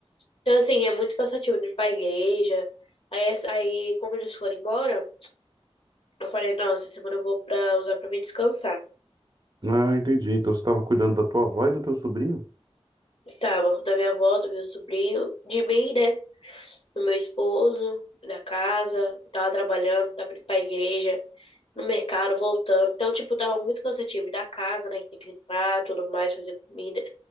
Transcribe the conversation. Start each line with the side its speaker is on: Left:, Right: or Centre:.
Left: Então, assim, é muito cansativo de ir pra igreja. Aí, essa- aí como eles foram embora, eu falei, não, essa semana eu vou pra usar pra me descansar.
Right: Ah, entendi. Então você estava cuidando da tua avó e do teu sobrinho?
Left: Tava da minha avó, do meu sobrinho, de mim, né? Do meu esposo, da casa, tava trabalhando, tava indo pra igreja, no mercado, voltando. Então, tipo, tava muito cansativo. E Da casa, né? Que tem que limpar, tudo mais, fazer comida.